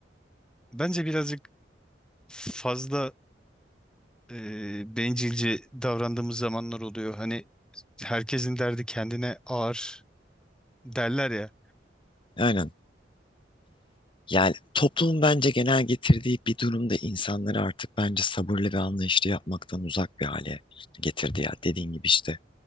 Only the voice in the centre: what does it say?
bence birazcık fazla e, bencilce davrandığımız zamanlar oluyor. Hani herkesin derdi kendine ağır derler ya.